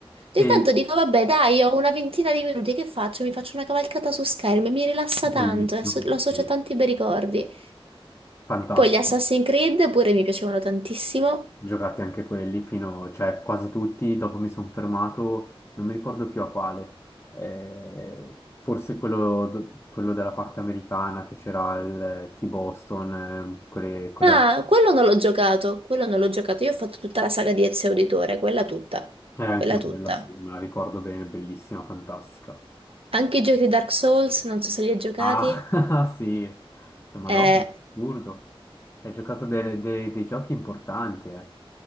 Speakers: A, on the right (about 70°); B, on the left (about 25°).
A: Ogni
B: È
A: tanto dico, vabbè, dai, ho una ventina di minuti, che faccio? Mi faccio una cavalcata su Skyrim, e mi rilassa
B: bellissimo,
A: tanto, e asso- lo associo
B: sì.
A: a tanti bei ricordi.
B: Fantastico.
A: Poi gli Assassin's Creed pure mi piacevano tantissimo.
B: giocati anche quelli fino, cioè quasi tutti, dopo mi sono fermato, non mi ricordo più a quale, Eh, forse quello, d- quello della parte americana che c'era il T-Boston, eh, quelle, quelle...
A: Ah, quello non l'ho giocato, quello non l'ho giocato. Io ho fatto tutta la saga di Ezio Auditore, quella tutta,
B: Eh, anch'io
A: quella tutta.
B: quella, sì, me la ricordo bene, bellissima, fantastica.
A: Anche i giochi Dark Souls, non so se li hai giocati.
B: Ah, <laughs> sì, cioè, Madonna,
A: Eh,
B: assurdo. Hai giocato dei, dei- dei giochi importanti, eh.